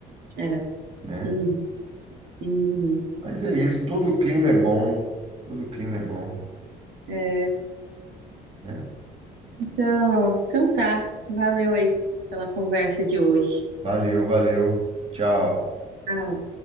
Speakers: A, on the right; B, on the right.
A: É.
B: né?
A: Uhum, uhum.
B: Mas é isso, todo clima é bom, todo clima é bom,
A: É,
B: né?
A: então, então tá. Valeu aí pela conversa de hoje.
B: Valeu, valeu. Tchau.
A: Tchau.